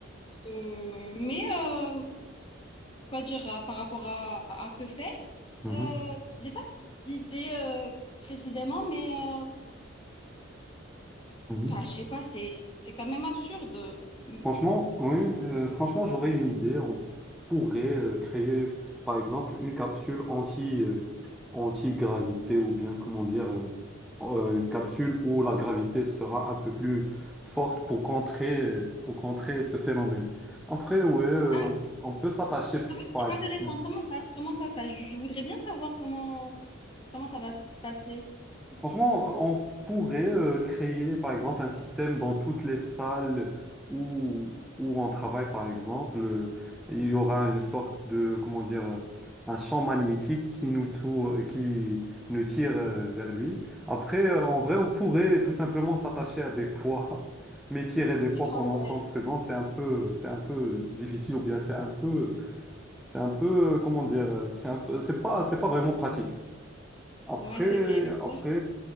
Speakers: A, on the left; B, in the centre.
A: Euh, mais euh, quoi dire euh, par rapport à, à que faire?
B: mhm,
A: Euh, j'ai pas d'idée euh, précisément, mais euh,
B: mhm.
A: enfin, je sais pas, c'est c'est quand même absurde. Hum,
B: Franchement, oui, euh, franchement, j'aurais une idée. On pourrait euh, créer, par exemple, une capsule anti, euh, anti-gravité ou bien, comment dire, euh, euh, une capsule où la gravité sera un peu plus forte pour contrer, euh, pour contrer ce phénomène. Après, ouais, euh,
A: Ah,
B: on on peut s'attacher,
A: quand même, c'est
B: par
A: intéressant.
B: exemple.
A: Comment ça, comment ça, enfin, je voudrais bien savoir comment comment ça va se passer.
B: Franchement, on pourrait euh, créer, par exemple, un système dans toutes les salles où, où on travaille, par exemple. euh, il y aura une sorte de, comment dire, euh, un champ magnétique qui nous, tou- qui nous tire euh, vers lui. Après, euh, en vrai, on pourrait tout simplement s'attacher à des poids, <laughs> mais tirer des poids
A: Ah
B: pendant
A: ouais.
B: 30 secondes, c'est un peu, c'est un peu difficile, ou bien c'est un peu, c'est un peu, euh, comment dire, euh, c'est un peu, c'est pas, c'est pas vraiment pratique. Après,
A: Ouais, c'est vrai, mais quand
B: après,
A: même,